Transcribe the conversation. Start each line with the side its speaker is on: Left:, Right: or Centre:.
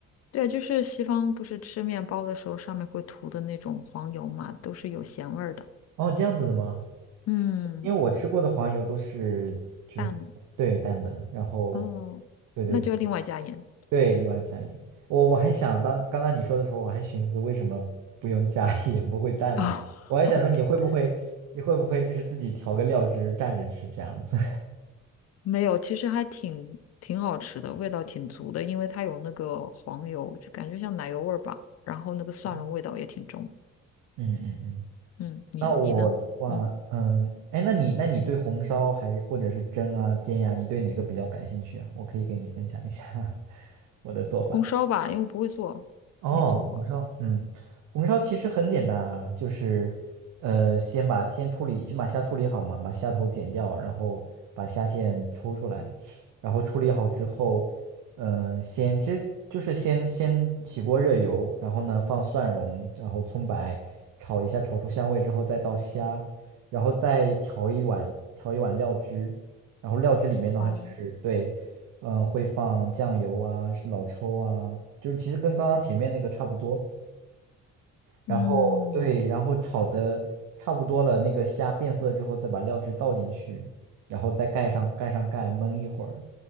Left: 对，就是西方不是吃面包的时候上面会涂的那种黄油嘛，都是有咸味儿的。
Right: 哦，这样子的吗？
Left: 嗯，
Right: 因为我吃过的黄油都是就是对淡的，
Left: 淡的
Right: 然后
Left: 哦，
Right: 对对对
Left: 那就要另外加盐
Right: 对，另外加盐。我我还想当刚刚你说的时候，我还寻思为什么不用加 <laughs> 盐，不会淡嘛？
Left: 啊。
Right: 我还想说你会不会你会不会就是自己调个料汁蘸着吃这样子？
Left: <laughs> 没有，其实还挺挺好吃的，味道挺足的，因为它有那个黄油，就感觉像奶油味儿吧。然后那个蒜蓉味道也挺重。
Right: <laughs> 嗯嗯嗯。
Left: 嗯，你你呢？
Right: 那我的话，
Left: 嗯，
Right: 嗯，哎，那你那你对红烧还或者是蒸啊煎呀、你对哪个比较感兴趣啊？我可以给你分享一下 <laughs> 我的做法。
Left: 红烧吧，因为我不会做，
Right: 哦，
Left: 没做过。
Right: 红烧，嗯，红烧其实很简单啊，就是，呃，先把先处理，先把虾处理好嘛，把虾头剪掉，然后把虾线抽出来，然后处理好之后，嗯、先其实就是先先起锅热油，然后呢放蒜蓉，然后葱白，炒一下，炒出香味之后再倒虾，然后再调一碗调一碗料汁，然后料汁里面的话就是对，
Left: 哦，
Right: 嗯，会放酱油啊、是老抽啊，就是其实跟刚刚前面那个差不多。然后对，
Left: 嗯，
Right: 然后炒的差不多了，那个虾变色之后，再把料汁倒进去，然后再盖上盖上盖，焖一会儿，